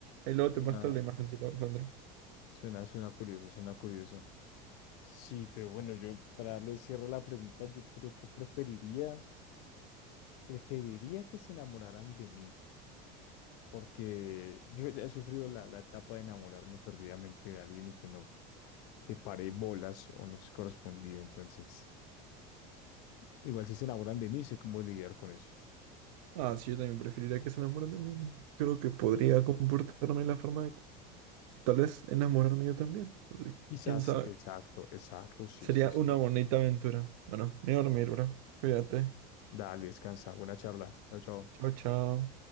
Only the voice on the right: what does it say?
ahí luego te
muestro la imagen si la encuentro.
Ah, sí, yo también preferiría que se enamoren de mí. ¿no? Creo que podría comportarme de la forma de... Tal vez enamorarme yo también. Así que,
quién sabe.
Sería
una bonita aventura. Bueno, me voy a dormir, bro. Cuídate.
Chao, chao.